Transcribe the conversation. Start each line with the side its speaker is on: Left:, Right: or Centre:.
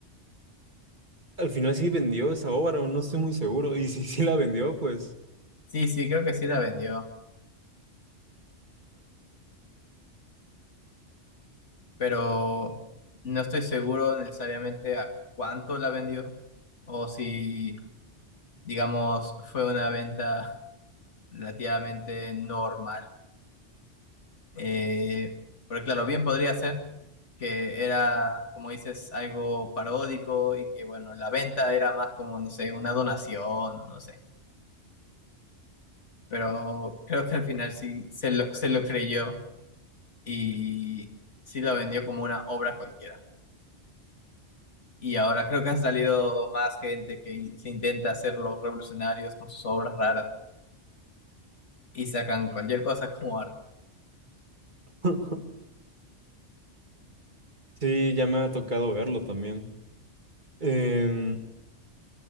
Right: al final sí vendió esa obra, o no estoy muy seguro. Y si sí la vendió, pues
Left: Sí, sí, creo que sí la vendió. pero no estoy seguro necesariamente a cuánto la vendió o si, digamos, fue una venta relativamente normal. Eh, pero claro, bien podría ser que era, como dices, algo paródico y que, bueno, la venta era más como, no sé, una donación, no sé. Pero creo que al final sí se lo, se lo creyó y sí lo vendió como una obra cualquiera. Y ahora creo que han salido más gente que in- se intenta hacer los revolucionarios con sus obras raras y sacan cualquier cosa como arte.
Right: <laughs> sí, ya me ha tocado verlo también. Em,